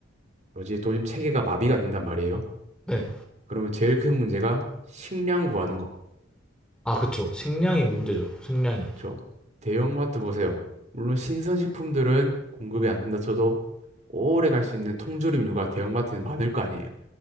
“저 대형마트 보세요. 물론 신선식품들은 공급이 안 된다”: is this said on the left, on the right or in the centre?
Right